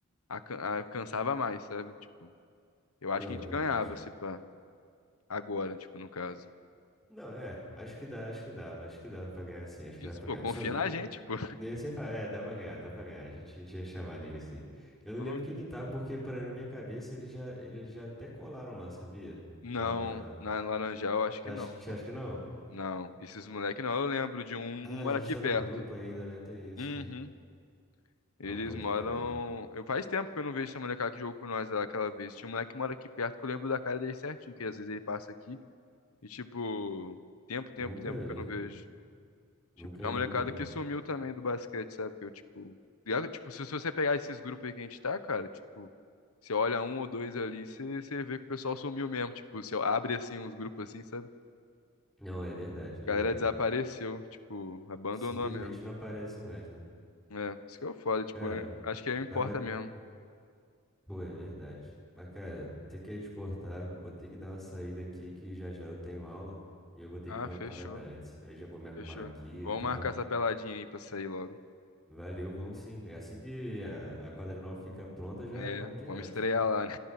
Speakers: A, on the left (about 75°); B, in the centre.
A: a, a- cansava mais, sabe? Tipo, eu acho
B: Não,
A: que a gente
B: realmente.
A: ganhava, se pá. Agora, tipo, no caso.
B: Não, é, acho que dá, acho que dava, acho que dava pra ganhar sim, acho
A: Isso,
B: que dava pra
A: pô,
B: ganhar.
A: confia
B: Só, não
A: na gente, pô.
B: ia ser falar, é, dava pra ganhar, dava pra ganhar, a gente, a gente ia chamar nele sim. Eu não
A: Pô,
B: lembro quem que tava, porque para na minha cabeça eles já, eles já até colaram lá, sabia?
A: Não,
B: Lá na...
A: na Laranjal acho
B: Acho
A: que não,
B: que,
A: pô.
B: acho que não.
A: Não, esses moleques não. Eu lembro de um,
B: Ah,
A: um
B: a
A: mora
B: gente
A: aqui
B: tá
A: perto.
B: no grupo ainda, né, tem isso,
A: Uhum.
B: né?
A: Eles
B: Não, pode
A: moram.
B: crer.
A: Eu faz tempo que eu não vejo esse molecada que jogou com nós lá aquela vez. Tinha um moleque que mora aqui perto que eu lembro da cara dele certinho, que às vezes ele passa aqui. E tipo, tempo, tempo,
B: Nunca
A: tempo
B: vi,
A: que eu não vejo.
B: nunca
A: Tipo, tem uma
B: vi
A: molecada
B: mesmo.
A: que sumiu também do basquete, sabe? Que eu, tipo. ligado? Tipo, se se você pegar esses grupos aí que a gente tá, cara, tipo, você olha um ou dois ali, você, você vê que o pessoal sumiu mesmo. Tipo, você abre assim uns grupos assim, sabe?
B: Não, é verdade, é
A: A
B: verdade.
A: galera desapareceu, tipo, abandonou
B: Simplesmente
A: mesmo.
B: não aparece mais, né?
A: É, isso que é o foda, tipo,
B: Cara,
A: eu- acho que aí importa
B: mas
A: mesmo.
B: Pô, é verdade. Mas, cara, tem que te cortar. Vou ter que dar uma saída aqui que já já eu tenho aula e eu vou ter
A: Ah,
B: que comer
A: fechou,
B: uma parada antes. Aí já vou me arrumar
A: fechou.
B: aqui,
A: Vamos
B: pá.
A: marcar essa peladinha aí pra sair logo.
B: Valeu, vamos sim. É assim que a, a quadra nova fica pronta, já
A: É,
B: vamos direto.
A: vamos estrear lá, né?